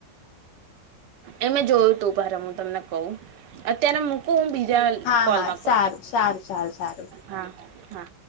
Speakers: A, on the right; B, on the left.
A: એ મે જોયું તું ભારે હું તમને કહું અત્યારે મૂકું હું બીજા
B: હા
A: કોલમાં
B: હા
A: ક
B: સારું સારું સારું સારું
A: હા હા